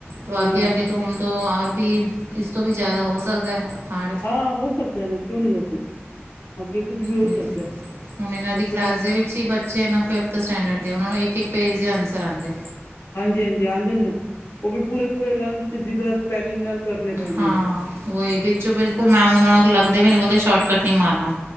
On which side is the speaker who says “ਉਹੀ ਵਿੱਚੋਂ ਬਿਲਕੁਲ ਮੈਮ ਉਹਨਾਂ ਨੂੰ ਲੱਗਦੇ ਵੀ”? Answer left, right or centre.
Right